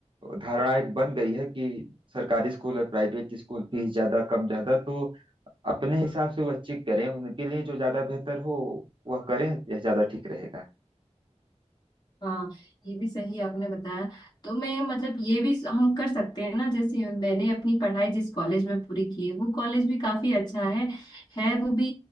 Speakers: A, on the right (about 45°); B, on the left (about 35°).
A: धारणा एक बन गई है कि सरकारी स्कूल और प्राइवेट स्कूल फीस ज्यादा कम ज्यादा तो अपने हिसाब से वह चेक करें उनके लिए जो ज्यादा बेहतर हो वह करें यह ज्यादा ठीक रहेगा
B: हाँ ये भी सही आपने बताया तो मैं मतलब ये भी हम कर सकते हैं ना जैसे मैंने अपनी पढ़ाई जिस कॉलेज में पूरी की है वो कॉलेज भी काफी अच्छा है है वो भी